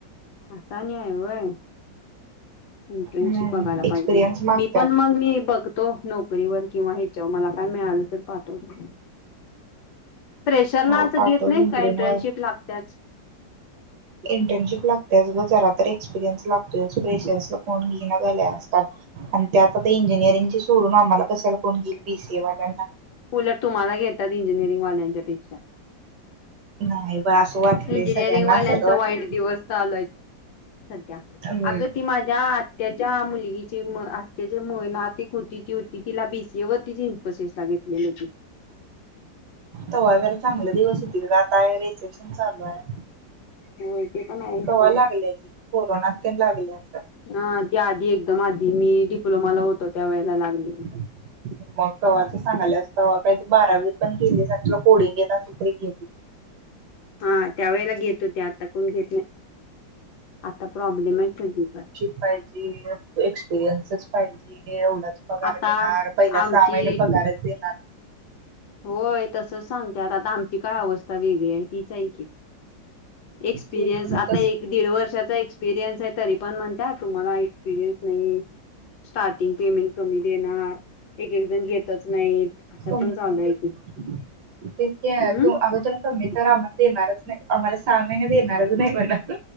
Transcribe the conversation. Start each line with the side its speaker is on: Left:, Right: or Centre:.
Left: आसा न्याय आहे वय. इंटर्नशिप
Right: हम्म.
Left: बघायला
Right: एक्सपिरियन्स
Left: पाहिजे
Right: मागतात
Left: मी पण मग मी बघतो नक नोकरी व किंवा ह्याच्यावर मला काय मिळालं तर पाठवत. प्रेशरला
Right: हो
Left: असं
Right: पाठव
Left: घेत नाही
Right: लिंकडीन
Left: का इंटर्नशिप
Right: वर.
Left: लागतच.
Right: इंटर्नशिप लागते जरा तर एक्सपिरियन्स लागतोय प्रेशरस कोण घेईना झालाय आजकाल. आणि त्या आता इंजिनिअरिंग सोडून आम्हाला कसायला कोण घेईल बी सी ए वाल्यांना.
Left: उलट तुम्हाला घेतात इंजिनिअरिंग वाल्यांच्या पेक्षा
Right: नाही बा असं वाटतंय
Left: इंजिनिअरिंग
Right: सगळ्यांना
Left: वाल्यांचा
Right: असंच वाटत.
Left: वाईट दिवस चालू आहेत. सध्या
Right: हम्म.
Left: अग ती माझ ज्या आत्याच्या मुलगीची म आत्याचे म ना आतिक होती ती होती तिला बी सी ए वरती जि कसेस लागितलेलं क
Right: तव्हागर चांगले दिवस होतील का आताय रिसेप्शन चालू आहे.
Left: होय ते पण आहे सोड
Right: कवा्हा लागल्या त कोरोनात प लागल्या अस
Left: ह ते आधी एकदम आधी मी डिप्लोमाला होतो त्या वेळेला लागलेली.
Right: <unintelligible> मग कव्हाचं सांगाला असत काय तू बारावी पण केेली आणि तुला कोडिंग घेत तु तरी घेतली.
Left: हा त्या वेळेला घेत होते आता कोण घेत नाही आता प्रॉब्लेम आहेत सगळीकडे
Right: फाय जी एक्सपिरियन्स पाहिजे एवढाच पगार
Left: आता
Right: देणार पहिला
Left: आमची
Right: सहामाहिने पगारच देणार
Left: होय तसच सांगतत आता आमची काय अवस्था वेगळी आहे तीच आहे की. एक्सपिरियन्स
Right: तेच ना
Left: आता
Right: तस
Left: एक दीड वर्षाचा एक्सपिरियन्स आहे तरी पण म्हणत तुम्हाला एक्सपिरियन्स नाही. स्टार्टिंग पेमेंट कमी देणार एक एक जण घेतच नाही अस
Right: कमी
Left: पण चालू
Right: म्हणजे
Left: आहे की
Right: तेच
Left: हम्
Right: तू अगोदर मी तर आम्हाला देणारच नाही आम्हाला सहा महिने देणारच नाही म्हणत